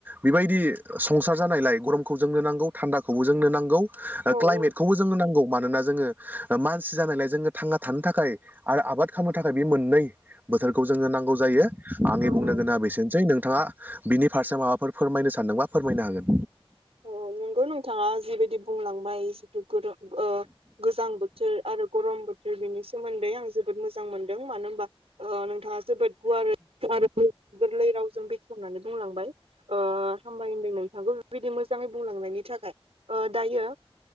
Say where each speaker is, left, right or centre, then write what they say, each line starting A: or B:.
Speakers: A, on the right; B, on the right.
A: बेबायदि संसार जानायलाय गरमखौ जोंनो नांगौ थानदाखौबो जोंनो नांगौ ओ
B: औ
A: ख्लाइतमेद खौबो जोंनो नांगौ मानोना जोङो ओ <unintelligible> जानायलाय जोङो थांना थानो थाखाय आरो आबाद खालामनो थाखाय बे मोननै बोथोरखौ जोंनो नांगौ जायो आंनि
B: औ औ
A: बुंनो गोनाङा बेसेनोसै नों नोंथाङा बिनि फारसे माबाफोर फोरमायनो सानदोंबा फोरमायनो हागोन
B: औ नोंगौ नोंथाङा जिबायदि बुंलांबाय जिथु ओ गोजां बोथोर आरो गरम बोथ बेनि सोमोन्दै आं जोबोद मोजां मोनदों मानो होनबा ओ नोंथाङा जोबोद गुवार गोरलै रावजों बेखेवनानै बुंलांबाय ओ हामबाय होनदों नोंथांखौ बेबायदि मोजां मोजाङै बुंलांनायनि थाखाय ओ दायो